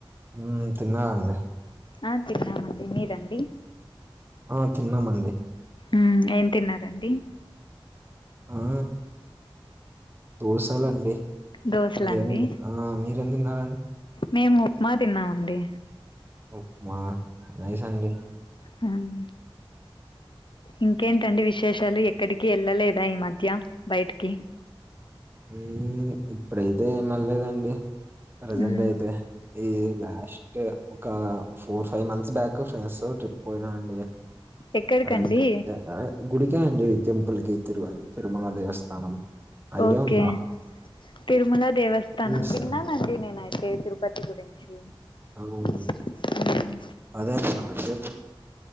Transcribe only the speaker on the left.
ఆ తిన్నామండి మీరండి?
ఉమ్ ఏం తిన్నారండి?
దోశలండి
మేము ఉప్మా తిన్నామండి
హ్ము్ ఇంకేంటండి విశేషాలు ఎక్కడికి వెళ్ళలేదా ఈ మధ్య బయటికి
మ్మ్
ఎక్కడికండి
ఓకే
తిరుమల దేవస్థానం
విన్నానండి నేనైతే తిరుపతి గురించి
ఉమ్